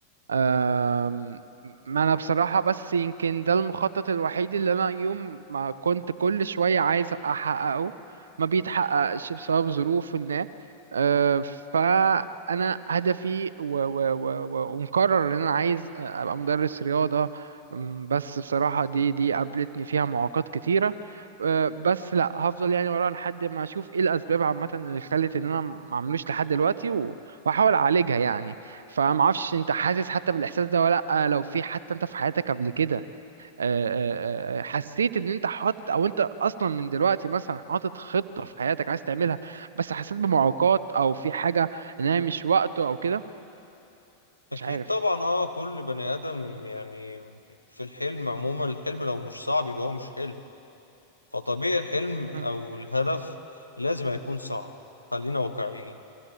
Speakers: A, on the right; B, on the left.
A: أم، ما انا بصراحة بس يمكن ده المخطط الوحيد اللي انا يوم ما كنت كل شوية عايز احققه ما بيتحققش بسبب ظروف ما أه، فانا هدفي و و و و ومقرر ان انا عايز ابقى مدرس رياضة أم، بس بصراحة دي دي قابلتني فيها معوقات كتيرة أه، بس لا هفضل يعني ورا لحد ما اشوف ايه الاسباب عامة اللي خلت ان انا ما عملوش لحد دلوقتي و- واحاول اعالجها يعني فما اعرفش انت حاسس حتى بالاحساس ده ولا لا لو في حتى انت في حياتك قبل كده آه، آه، آه، آه، حسيت ان انت حاطط او انت اصلا من دلوقتي مثلا حاطط خطة في حياتك عايز تعملها بس حسيت بمعوقات او في حاجة ان هي مش وقته او كده مش
B: أكيد
A: عارف
B: طبعا اه كل بني آدم يعني في الحلم عموما الحلم لو مش صعب يبقى هو مش حلم فطبيعي الحلم أو
A: مم.
B: الهدف لازم هيكون صعب خلينا واقعيين